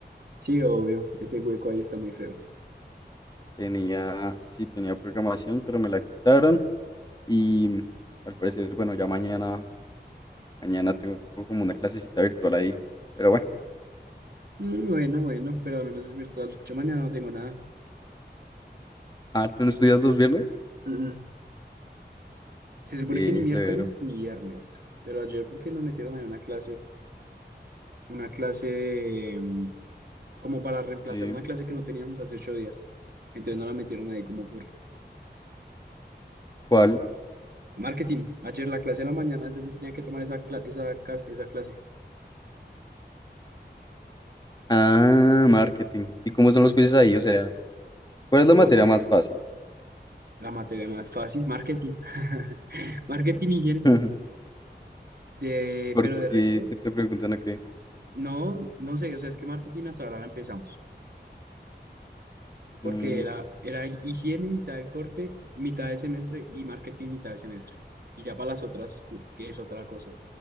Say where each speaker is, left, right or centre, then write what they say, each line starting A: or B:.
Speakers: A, on the right; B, on the left.
A: Sí, obvio. Ese hueco ahí está muy feo.
B: Tenía, sí, tenía programación, pero me la quitaron. Y al parecer, bueno, ya mañana, mañana tengo como una clasecita virtual ahí. Pero bueno.
A: Mm, bueno, bueno, pero al menos es virtual. Yo mañana no tengo nada.
B: Ah, ¿tú no estudias los viernes?
A: Mm. Se supone
B: Bien,
A: que ni miércoles
B: severo.
A: ni viernes, pero ayer porque nos metieron ahí una clase, una clase de, mm, como para reemplazar
B: Sí.
A: una clase que no teníamos hace ocho días. Entonces nos la metieron ahí como por
B: ¿Cuál?
A: marketing. Ayer la clase de la mañana yo no tenía que tomar esa, cla- esa, cas- esa clase.
B: Ah, marketing. ¿Y cómo
A: Sí,
B: son los
A: sí,
B: quizzes
A: sí.
B: ahí? O sea, ¿cuál es la materia
A: No sé,
B: más fácil?
A: la materia más fácil, marketing. <laughs> Marketing y higiene.
B: <laughs>
A: De,
B: Porque,
A: pero de resto,
B: ¿qué te preguntan a qué?
A: no, no sé, o sea, es que marketing hasta ahora la empezamos. porque
B: Mm,
A: era, era higiene mitad del corte, mitad del semestre y marketing mitad del semestre. Y ya para las otras, que es otra cosa.